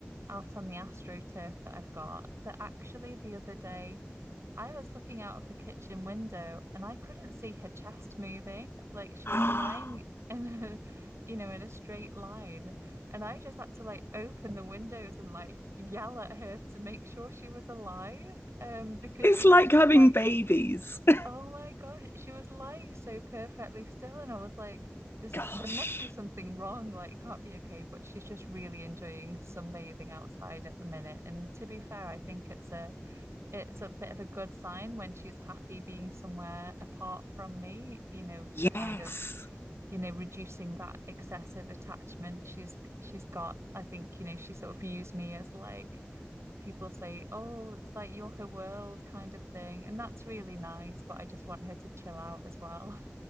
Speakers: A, on the right (about 80°); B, on the left (about 55°).
A: out on the AstroTurf that I've got that actually the other day I was looking out of the kitchen window and I couldn't see her chest moving. Like she
B: <gasps>
A: was lying in a, <laughs> you know, in a straight line. And I just had to like open the windows and like yell at her to make sure she was alive. Um, because
B: it's
A: she was
B: like
A: just
B: having
A: like,
B: babies. <laughs>
A: oh my gosh, she was lying so perfectly still. And I was like, there's
B: Gosh.
A: there must be something wrong. Like it can't be okay. But she's just really enjoying sunbathing outside at the minute. And to be fair, I think it's a it's a bit of a good sign when she's happy being somewhere apart from me you know
B: Yes.
A: kind of you know reducing that excessive attachment she's she's got i think you know she sort of views me as like people say oh it's like you're her world kind of thing and that's really nice but i just want her to chill out as well